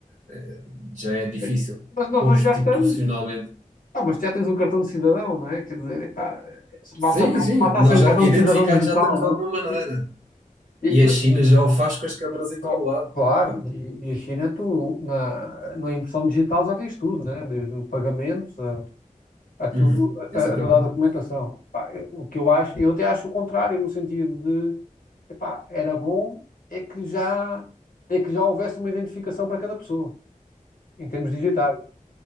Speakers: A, on the right (about 70°); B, on the left (about 80°).
A: eh, já é difícil
B: Mas mas nós
A: constitucionalmente.
B: hoje já estamos, Ah, mas tu já tens um cartão de cidadão, não é? Quer dizer, epá, basta
A: Sim,
B: ser,
A: sim,
B: basta
A: nós
B: ser um
A: já
B: cartão
A: identificados
B: de cidadão digital,
A: já estamos de
B: não
A: alguma maneira.
B: é? E-
A: E a
B: e-
A: China já o faz com as câmaras em todo
B: Oh,
A: lado.
B: Claro,
A: Pá.
B: e e a China, tu na, na impressão digital já tens tudo, né? Desde o pagamento a, a tudo,
A: Uhum, exatamente.
B: a, a toda a documentação. Pá, eu- o que eu acho, eu até acho o contrário, no sentido de, epá, era bom é que já, é que já houvesse uma identificação para cada pessoa, em termos digitais.